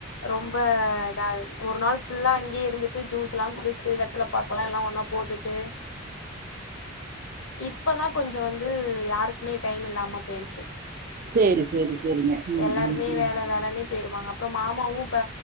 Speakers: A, on the left; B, on the right.
A: ரொம்ப இதாகுது ஒரு நாள் ஃபுல்லா அங்கயே இருந்துட்டு ஜூஸ் எல்லா குடிச்சுட்டு வெத்தல பாக்கெல்லா எல்லா ஒன்னா போட்டுட்டு இப்ப தா கொஞ்சோ வந் து யாருக்குமே டைம் இல்லாம போயிருச்சு
B: சேரி சேரி சேரிங்க ம்
A: எல்லாருமே
B: ம் ம்
A: வேல வேலன்னே போயிருவாங்க அப்புறோ மாமாவு இப்ப